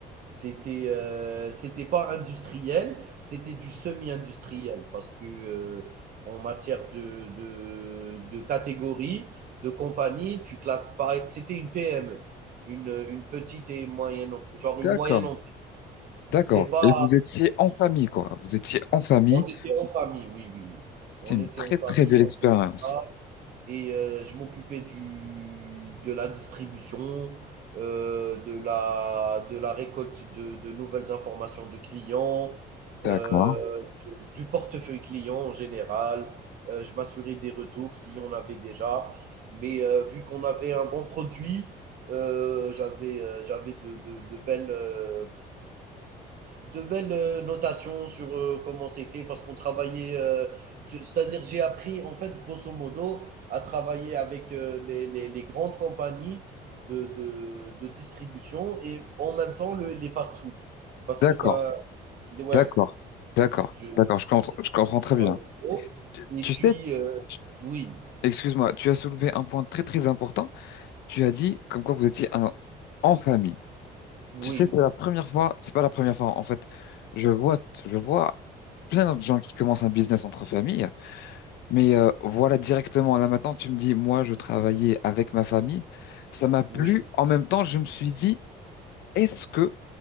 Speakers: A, on the right; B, on the left.
A: C'était euh, c'était pas industriel, c'était du semi-industriel parce que euh, en matière de de, de catégorie, de compagnie, tu classes pas. C'était une PME, une une petite et moyenne, genre une
B: D'accord,
A: moyenne. entre-
B: d'accord.
A: C'était pas.
B: Et vous étiez en famille, quoi. Vous étiez en famille.
A: On était en famille, oui oui oui. On
B: C'est une
A: était
B: très
A: en famille,
B: très belle expérience.
A: on faisait ça et euh, je m'occupais du de la distribution, euh, de la de la récolte de, de nouvelles informations de clients,
B: D'accord,
A: euh, du portefeuille client en général. Euh, je m'assurais des retours s'il y en avait déjà. Mais euh, vu qu'on avait un bon produit, euh, j'avais euh, j'avais de, de, de belles euh, de belles euh, notations sur euh, comment c'était parce qu'on travaillait. euh, C'est-à-dire, j'ai appris, en fait, grosso modo, à travailler avec euh, les, les- les grandes compagnies de, de- de distribution et en même temps le- les fast-food. Parce
B: d'accord,
A: que ça, ouais,
B: d'accord, d'accord,
A: je,
B: d'accord, je comprends,
A: c'est-
B: je comprends
A: c'était
B: très
A: ça
B: bien.
A: en gros.
B: Tu,
A: Et
B: tu
A: puis,
B: sais,
A: euh,
B: tu-
A: oui,
B: excuse-moi, tu as soulevé un point très très important. Tu as dit comme quoi vous étiez un- en famille.
A: oui,
B: Tu sais, c'est la première fois, c'est pas la première fois en fait. Je vois, je vois plein de gens qui commencent un business entre familles, mais euh, voilà directement là maintenant, tu me dis, moi je travaillais avec ma famille, ça m'a plu.
A: oui,
B: En même temps, je me suis dit, est-ce que